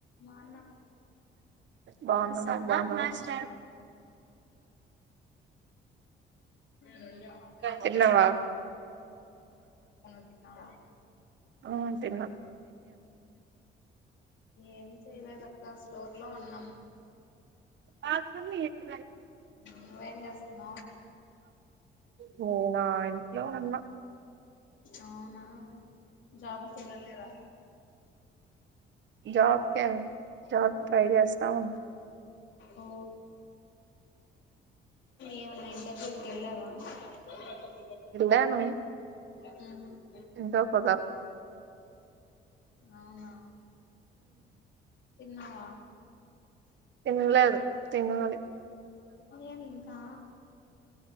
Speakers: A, on the left; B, on the right.
A: మా అన్న
B: బాగున్న మీరు బాగున్నారా
A: తిన్నాం అక్క
B: తిన్నావా
A: నువ్వు తిన్నావా
B: అ తిన్న
A: ఏం చేయలేదు అక్క స్టోర్ లో ఉన్నాం
B: పాకున్న ఏట్ద
A: నువ్వేం చేస్తున్నావు
B: నినా ఇంట్లో ఉన్న
A: అవునా జాబ్కి వెళ్ళాలేదా
B: జబ్ కే జబ్ క్ ట్రై చేస్తా ఉన్న
A: ఓ ఏమన్నా ఇంటర్వ్యూకేళ్ళవా అ
B: ఏళ్లను
A: మ్
B: ఇంట్లో కూదర్దు
A: అవునా తిన్నావా
B: తన్లేదు తినాలి
A: ఏమి ఇంకా